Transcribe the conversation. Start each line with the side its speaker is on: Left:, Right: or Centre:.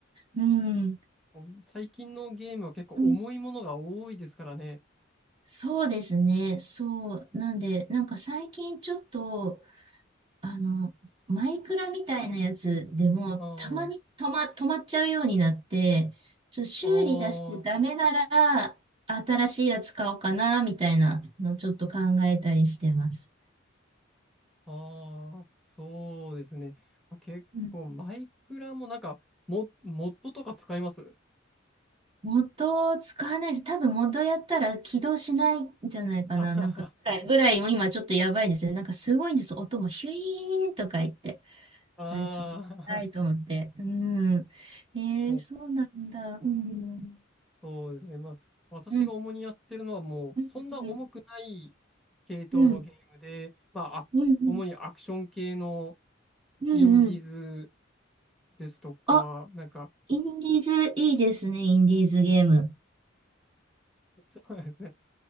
Right: うん。で
Centre: <laughs> もう最近のゲームは結構重いものが多いですからね。
Right: うん、そうですね。そう。なんで、なんか最近ちょっとあの、マイクラみたいなやつでも、
Centre: あ
Right: たまに止ま、止まっちゃうようになって、ちょ、修理出してダメなら、
Centre: あ、ああ、
Right: 新しいやつ買おうかな、みたいなのをちょっと考えたりしてます。
Centre: ああ、そうですね。まあ、結構マイクラもなんかモ、
Right: うん。
Centre: モッドとか使います
Right: 元を使わないし、多分元やったら起動しないんじゃないかな、
Centre: <laughs> あはは、
Right: なんか、ぐらい、ぐらいも今ちょっとやばいですね。なんかすごいんです。音もヒュイーンとか言って。
Centre: ああ、
Right: あれちょっと、はいと思って。うん。えー、
Centre: もう
Right: そうなんだ。うん。
Centre: そうですね。まあ、私が主にやってるのはもう、
Right: うん。うんうん
Centre: そんな重くない系統のゲームで、
Right: うん。
Centre: まあ、あ主にアクション系の
Right: うん、うん、うん、
Centre: インディーズ
Right: うん。
Centre: ですとか、
Right: あ、
Centre: なんか、
Right: インディーズいいですね、インディーズゲーム。
Centre: <laughs> そうですね。